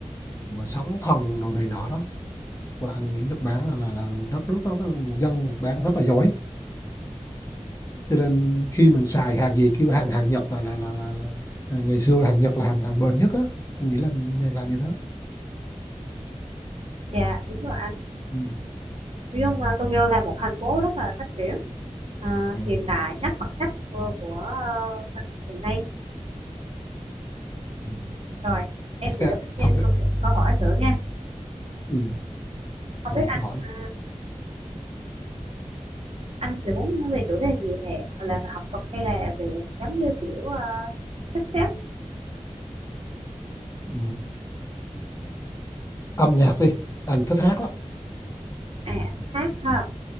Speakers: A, on the left; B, on the right.
A: vừa sóng thần đồ này nọ đó và anh nghĩ Nhật Bản là là, là đất nước đó, dân Nhật Bản rất là giỏi cho nên khi mình xài hàng gì kêu hàng hàng Nhật là là là, là, là à, ngày xưa hàng Nhật là hàng hàng bền nhất á anh nghĩ là là như thế
B: Dạ, đúng rồi anh.
A: ừ.
B: Nói chung là Tokyo là một thành phố rất là phát triển, à,
A: Ừ.
B: hiện đại nhất mặt nhất của, của ờ, mình hiện nay.
A: Ừ.
B: Rồi, em
A: thật
B: sẽ
A: ra
B: đọc thêm
A: thật ra
B: một câu hỏi nữa nha.
A: ừ.
B: Không
A: em
B: biết anh
A: cứ hỏi
B: à, anh sẽ muốn nói về chủ đề gì hả? Hoặc là về học thuật hay là về giống như kiểu ờ, sách xếp
A: ừ. âm nhạc đi anh thích hát lắm
B: à, anh hát ha?